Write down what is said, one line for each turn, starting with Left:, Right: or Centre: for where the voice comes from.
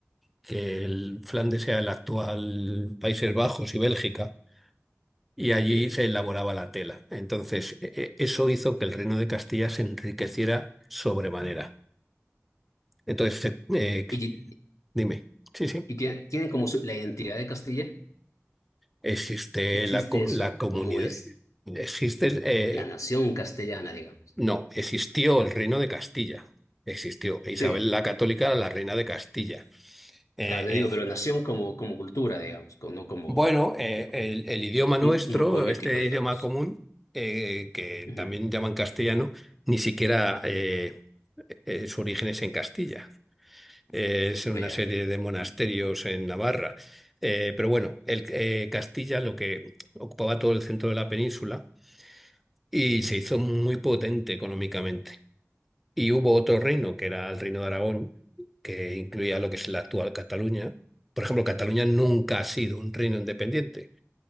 Centre: que el Flandes sea el actual Países Bajos y Bélgica, y allí
Left: sí.
Centre: se elaboraba la tela. Entonces, e- e- eso hizo que el reino de Castilla se enriqueciera sobremanera. Entonces, se- eh,
Left: sí. Y,
Centre: dime, sí, sí,
Left: y tiene, tiene como su- la identidad de Castilla,
Centre: existe
Left: existe
Centre: la, co-
Left: eso
Centre: la comunidad,
Left: como es
Centre: existe...
Left: la
Centre: eh,
Left: nación castellana, digamos.
Centre: No, existió el reino de Castilla. Existió. Isabel
Left: Sí.
Centre: la Católica era la reina de Castilla. Eh,
Left: Claro, te digo, pero
Centre: eh,
Left: nación como, como cultura, digamos, como- no como,
Centre: bueno, eh,
Left: no,
Centre: el, el idioma nuestro,
Left: no no político,
Centre: este
Left: digamos.
Centre: idioma común, eh, que
Left: Ujú.
Centre: también llaman castellano, ni siquiera eh, eh, su origen es en Castilla. Eh, es
Left: No,
Centre: en una
Left: ya,
Centre: serie de monasterios en Navarra. Eh, pero bueno, el, eh, Castilla lo que ocupaba todo el centro de la península y se hizo muy potente económicamente. Y hubo otro reino, que era el reino de Aragón, que incluía lo que es la actual Cataluña. Por ejemplo, Cataluña nunca ha sido un reino independiente.